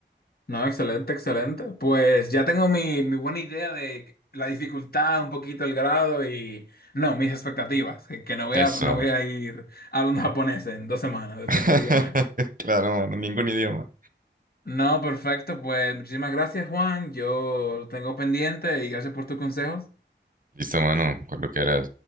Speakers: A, on the left (about 55°); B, on the right (about 45°).
A: No, excelente, excelente. Pues ya tengo mi, mi buena idea de la dificultad, un poquito el grado y, no, mis expectativas, eh, que no voy
B: Eso.
A: a, no voy a ir hablando <laughs> japonés en dos semanas, definitivamente.
B: <laughs> Claro, mano, ningún idioma.
A: No, perfecto, pues muchísimas gracias, Juan. Yo lo tengo pendiente y gracias por tus consejos.
B: Listo, mano, con lo que era